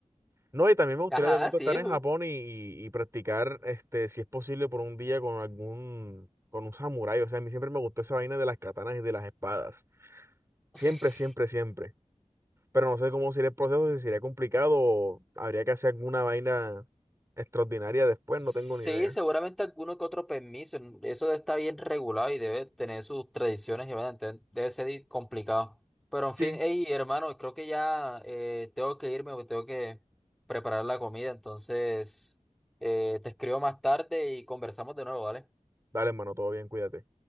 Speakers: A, on the right; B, in the centre.
A: No, y también me gustaría
B: Ajá,
A: de pronto
B: sí,
A: estar
B: es
A: en
B: un.
A: Japón y, y, y practicar, este, si es posible, por un día con algún, con un samurái. O sea, a mí siempre me gustó esa vaina de las katanas y de las espadas. Siempre,
B: <laughs>
A: siempre, siempre. pero no sé cómo sería el proceso, si sería complicado o habría que hacer alguna vaina extraordinaria después,
B: Sí,
A: no tengo ni idea.
B: seguramente alguno que otro permiso. Eso está bien regulado y debe tener sus tradiciones y vaina, entonces debe ser di- complicado. Pero en fin,
A: Sí.
B: hey, hermano, creo que ya eh, tengo que irme porque tengo que preparar la comida. Entonces, eh, te escribo más tarde y conversamos de nuevo, ¿vale?
A: Dale, hermano, todo bien, cuídate.